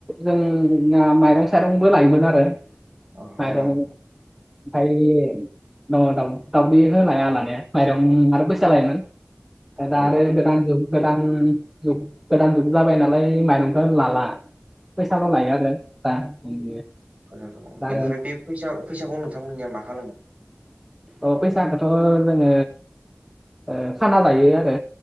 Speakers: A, in the centre; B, on the right.
A: जोङा माइरं साइरंबो लायोमोन आरो
B: अ
A: माइरं
B: मायरं
A: ओमफ्राय ओ दाउखौ लाया लानाया माइरं आरो फैसा लायोमोन
B: औ
A: दा
B: ओं
A: आरो गोदान जुग गोदान जुग गोदान जुग जाबाय नालाय माइरंखौ लाला फैसाल' लायो आरो दा बिदिनो
B: गोजो अ
A: दा
B: बेनिफ्राय
A: आरो
B: बे फैसा फैसाखौ नोंथांमोननिया मा खालामो
A: औ फैसाखौथ' जोङो ओ खाना जायो आरो